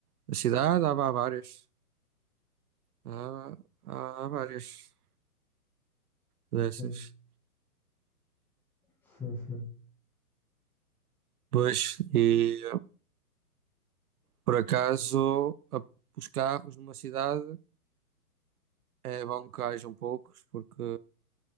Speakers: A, on the right; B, in the centre.
A: na cidade. Há, há várias. Há, há, há várias dessas.
B: Sim, sim, sim.
A: Pois, e Por acaso, a- os carros numa cidade é bom que hajam poucos, porque